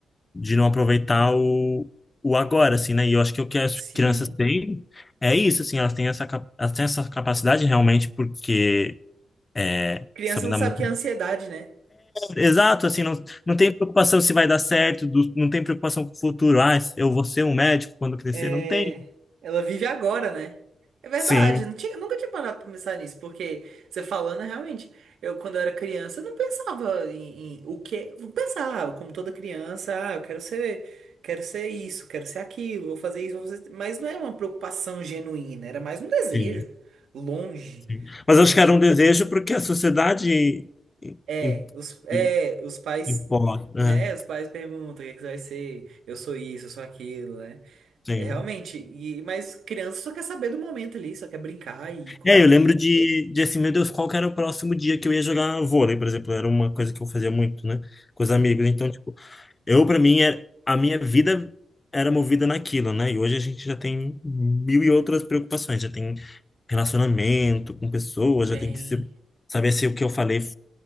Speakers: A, on the left; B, on the right.
A: de não aproveitar o, o agora, assim, né? E eu acho que é o que as
B: Sim.
A: crianças têm é isso, assim, elas têm essa, cap- elas têm essa capacidade realmente porque é,
B: Criança
A: sabe,
B: não
A: dá
B: sabe
A: muito...
B: o que é ansiedade, né?
A: Exato, assim, não, não tem preocupação se vai dar certo, do- não tem preocupação com o futuro. Ah, eu vou ser um médico quando crescer,
B: É,
A: não tem.
B: ela vive agora, né? É verdade,
A: Sim,
B: não tinha- nunca tinha parado pra pensar nisso, porque você falando, realmente, eu quando eu era criança, eu não pensava em, em o que. eu Pensava, como toda criança, ah, eu quero ser, quero ser isso, quero ser aquilo, vou fazer isso, vou fazer... Mas não é uma preocupação genuína, era mais um desejo
A: sim.
B: longe
A: Sim. Mas
B: que
A: acho
B: a gente.
A: que era um desejo porque a sociedade
B: É,
A: im-
B: os, é,
A: im-
B: os pais,
A: impõe, né?
B: né? Os pais perguntam o que é que você vai ser, eu sou isso, eu sou aquilo, né?
A: Sim.
B: É, Realmente, e, mas criança só quer saber do momento ali, só quer brincar e comer
A: É, eu lembro
B: e
A: de, de assim, meu Deus, qual que era o próximo dia que eu ia jogar vôlei, por exemplo, era uma coisa que eu fazia muito, né, com os amigos.
B: Sim.
A: Então, tipo, eu para mim era, a minha vida era movida naquilo, né? E hoje a gente já tem mil e outras preocupações, já tem relacionamento com pessoas,
B: tem.
A: já tem que se, saber se o que eu falei